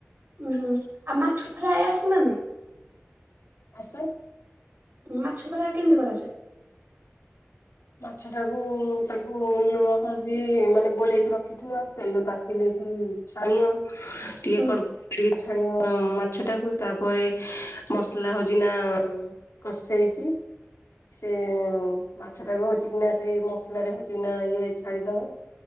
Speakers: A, on the right; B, on the left.
A: ଉୁଁ ଆଉ ମାଛ ଫ୍ରାଏ ଆସେ ନା ନାଇଁ।
B: ଆସେ।
A: ମାଛ ପରା କେମିତି କରାଯାଏ।
B: ମାଛ ଟାକୁ ତାକୁ ଲୁଣ ହଳଦି ମାନେ ଗୋଳେଇକି ରଖିଥିବ ତେଲ ତାତିଲେ ଛାଣିଅ ଟିକେ
A: ହୁଁ
B: କଡ଼କଡ଼ିକି ଛାଣିଅ ମାଛ ଟାକୁ ତାପରେ ମସଲା ହଉଛି ନା କଷେଇକି ସେଏ ଏଁ ମା ମାଛ ଟାକୁ ବି ହଉଛି କିନା ସେଇ ମସଲା ରେ ହଉଛିନା ଇଏ ଛାଡିଦବ।